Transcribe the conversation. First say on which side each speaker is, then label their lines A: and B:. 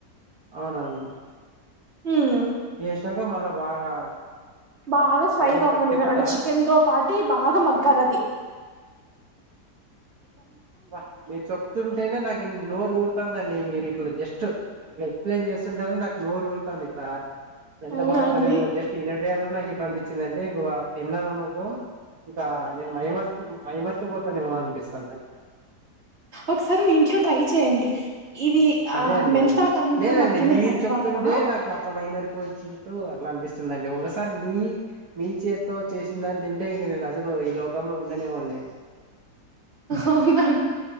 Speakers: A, on the right (about 65°); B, on the right (about 40°).
A: అవునవును
B: హ్మ్
A: వేసినంక మల్ల బాగా
B: బాగా ఫ్రై
A: దాన్ని ఏమంటారు
B: అవ్వని
A: తిప్పుతారా
B: అంటే చికెన్ తో పాటి బాగా మగ్గాలి అది
A: అబ్బా మీరు చెప్తుంటేనే నాకు నోరు ఊరుతాన్ అవునండి మీరు ఇట్లా జస్ట్ ఇట్లా ఎక్స్ప్లెయిన్ చేస్తుంటేనే నాకు నోరు ఊరుతుంది ఇట్లా ఎంత
B: అవునండి
A: బాగుంటదేమో జస్ట్ ఈనేటప్పుడే ఇట్లా అనిపిస్తుం వచ్చిందండి ఇం తిన్నాను అనుకో ఇంకా నేను మైమర్చి మైమర్చిపోతానుమో అనిపిస్తుాను
B: ఒకసారి మీ ఇంట్లో ట్రై చేయండి ఇది
A: అదే
B: ఆ
A: అండి
B: మెంతాకంతా
A: లేదండి
B: మగ్గిన
A: మీరు
B: తర్వాత
A: చెప్తుంటే నాకు అట్లా మైమరిపోల్చ్చినట్టు అట్లా అనిపిస్తుందండి ఒకసారి మీ మీ చేత్తో చేసిందాన్ని తింటే ఇంక నేను అసలు ఈ లోకంలో ఉండనేమోండి
B: అవునాంటడి